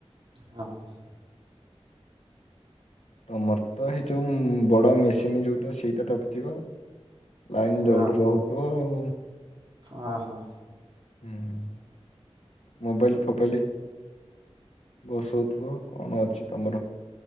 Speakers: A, on the right (about 50°); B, on the left (about 80°).
A: ହଁ
B: ତମର ତ ଏଇ ଯୋଉ ବଡ ମେ ସେମ ଯଉଟା ସେଇଟା ରଖ କିିବା ଲାଇନି
A: ହଁ
B: ଜୋର ଜଳୁଥିବ ଆଉ
A: ହଁ ହଁ।
B: ହହୁଁ ମୋବାଇଲି ଫୋବାଇଲି ବସାଉଥିବ କଣ ଅଛି ତମର